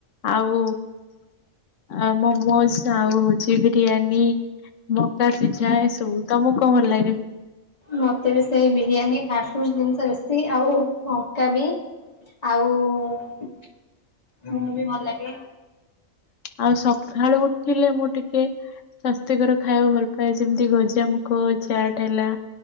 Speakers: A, on the left; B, on the left.
A: ଆଉ ଆ ମୋମୋଜ ଆଉ ହଉଛି ବିରିୟାନୀ, ମକା ସିଝା ଏସବୁ। ତମକୁ କଣ ଭଲ ଲାଗେ?
B: ମତେ ବି ସେଇ ବିରିୟାନୀ ଫାଷ୍ଟ ଫୁଡ୍ ଜିନିଷ ବେଶୀ ଆଉ ମକା ବି। ଆଉ ମୋମୋ ବି ଭଲ ଲାଗେ।
A: ଆଉ ସକାଳୁ ଉଠିଲେ ମୁଁ ଟିକେ ସ୍ୱାସ୍ଥ୍ୟକର ଖାଇବାକୁ ଭଲ ପାଏ। ଯେମିତି ଗଜା ମୁୁଖ ଚାଟ୍ ହେଲା